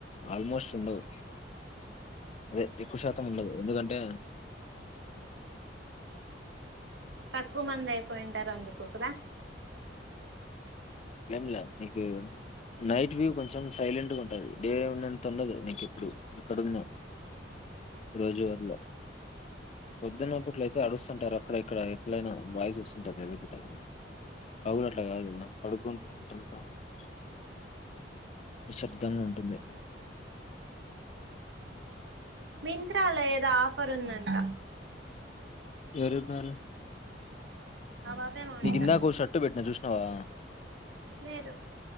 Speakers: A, on the left (about 35°); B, on the right (about 80°).
A: ఆల్మోస్ట్ ఉండదు అదే ఎక్కువ శాతం ఉండదు ఎందుకంటే
B: తక్కువ మంది అయిపోయింటారు అందుకు కదా
A: ఏంలా నీకు నైట్ వ్యూ కొంచెం సైలెంట్గా ఉంటది డే ఉన్నంత ఉండదు నీకు ఇప్పుడు ఇక్కడున్న రోజువారిలో పొద్దున్నపూట్ల అయితే అడుస్తుంటారు అక్కడ ఇక్కడ ఎట్లైనా వాయిస్ వస్తుంటాది ఎందు పగులు అట్లా కాదు కదా పడుకుంటుందంతనిశ్శబ్దంగా ఉంటుంది పడుకుంటుందంట
B: మింత్రాలేదా పని ఉందంట
A: ఎవరు చెప్పినారు
B: అదే మౌనిక
A: నీకు ఇందాక ఓ షర్ట్ పెట్టినా చూసినావా
B: లేదు